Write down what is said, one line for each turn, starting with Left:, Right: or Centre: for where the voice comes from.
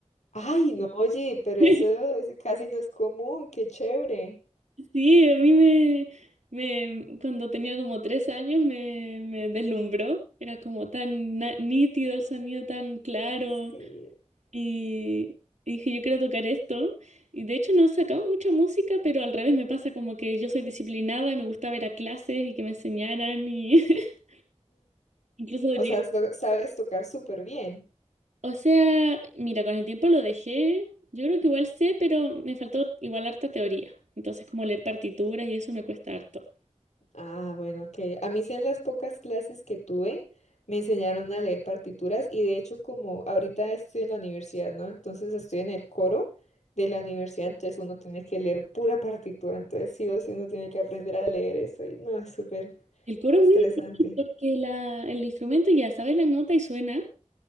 Left: Ay, no, oye, pero
Right: <laughs>
Left: eso es- casi no es común, qué chévere.
Right: Sí, a mí me, me cuando tenía como tres años me, me deslumbró, era como tan na- nítido el sonido, tan claro.
Left: Sí.
Right: Y y dije, yo quiero tocar esto. Y de hecho no he sacado mucha música, pero al revés me pasa como que yo soy disciplinada y me gusta ver a clases y que me enseñaran y <laughs> incluso
Left: O
Right: llegué-
Left: sea, so- sabes tocar súper bien.
Right: O sea, mira, con el tiempo lo dejé. Yo creo que igual sé, pero me faltó igual harta teoría. Entonces, como leer partituras y eso me cuesta harto.
Left: Ah, bueno, ok. A mí sí en las pocas clases que tuve me enseñaron a leer partituras y de hecho como ahorita estoy en la universidad, ¿no? Entonces estoy en el coro de la universidad, entonces uno tiene que leer pura partitura, entonces sí o sí uno tiene que aprender a leer eso y no, es súper
Right: El coro es
Left: estresante.
Right: muy difícil porque la, el instrumento ya sabes la nota y suena,